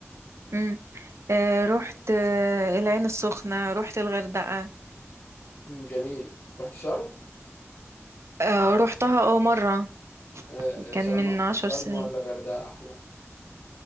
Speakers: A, on the right; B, on the left.
A: امم آه، رحت آه، العين السخنة رحت الغردقة
B: مم، جميل رحت شرم
A: آه، روحتها اه مرة
B: آه،
A: كان
B: آه، شرم
A: من عشر
B: شرم
A: سنين
B: ولا غردقة أحلى